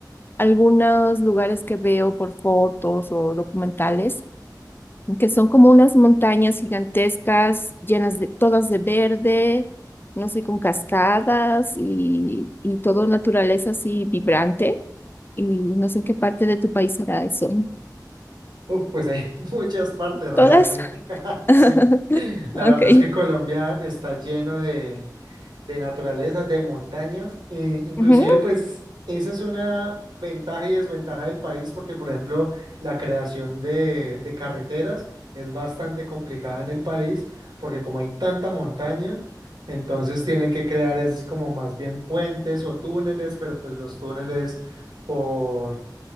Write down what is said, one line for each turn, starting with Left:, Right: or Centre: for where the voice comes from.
Left: Algunos lugares que veo por fotos o documentales que son como unas montañas gigantescas, llenas de todas de verde, no sé, con cascadas y, y todo naturaleza así vibrante. Y no sé en qué parte de tu país será eso.
Right: Uf, pues hay <laughs> muchas partes realmente.
Left: ¿Todas?
Right: <laughs>
Left: <laughs>
Right: Sí, la
Left: Ok.
Right: verdad es que Colombia está lleno de, de naturaleza, de montañas. eh, inclusive,
Left: Ujú.
Right: pues, esa es una ventaja y desventaja del país porque, por ejemplo, la creación de, de carreteras es bastante complicada en el país porque como hay tanta montaña, entonces tienen que crear es como más bien puentes o túneles, pero pues los túneles por...